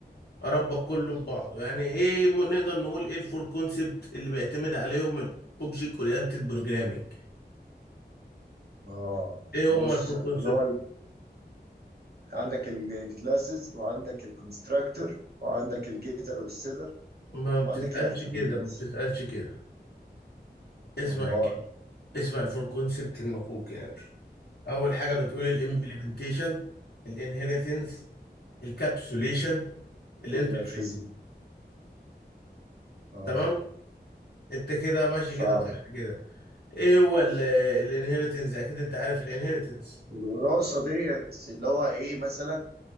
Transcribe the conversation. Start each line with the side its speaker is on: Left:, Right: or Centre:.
Left: اربط كله ببعضه يعني ايه م- نقدر نقول ايه الفور كونسبت اللي بيعتمد عليهم الاوبجكت اورينتد بروجرامنج
Right: اه
Left: ايه
Right: بص
Left: هما الفور
Right: اللي
Left: كونسبت
Right: هو ال- عندك الكلاسز وعندك الكونستراكتور وعندك الجيتر والسيتر
Left: ما بتتقالش
Right: وعندك الاتريبيوتس
Left: كده ما بتتقالش كده اسمع
Right: امال
Left: كده اسمع الفور كونسبت المفروض يعني اول حاجه بتقول الامبلمنتيشن الانهيرتنس الكابسوليشن الانترفيس
Right: كل مورفيزم اه
Left: تمام انت كده ماشي
Right: فاهم
Left: كده صح كده ايه هو الانهيرتنس اكيد انت عارف الانهيرتنس
Right: الوراثه ديت اللي هو ايه مثلا